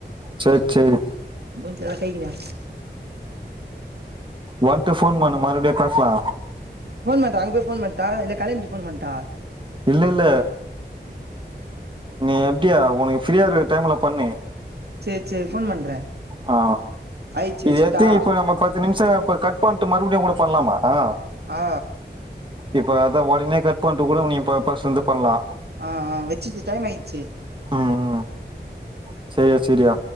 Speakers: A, on the right; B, on the right.
A: செரி செரி
B: முஞ்ச கைக்குனா
A: வன்ட்டு ஃபோன் பண்ணு மறுபடியு பேசலா
B: போன் பண்றன் அங்க போய் போன் பண்ற கலை கைய முடிஞ்சட்டு போன் பண்ணட்டா
A: இல்ல இல்ல நீ எப்டியா ஒனக்கு ஃப்ரீயாருக்க டைம்ல பண்ணு
B: ச்சே செரி ஃபோன் பண்றே
A: ஆ
B: ஆயிடுச்சு
A: இது
B: வச்சுட்டா
A: எது இப்ப நம்ம பத்து நிம்ஷோ இப்ப கட் பன் மறுபடியு கூட பண்லாமா ஆ
B: ஆ
A: இப்ப அத ஒடனே கட் பண்ட்டு கூட நீ இப்ப ஃபஸ்ட்லேந்து பண்லா
B: ஆ ஆ வெச்சிச்சு டைமாயிச்சி
A: ம் ம் செரியா செரியா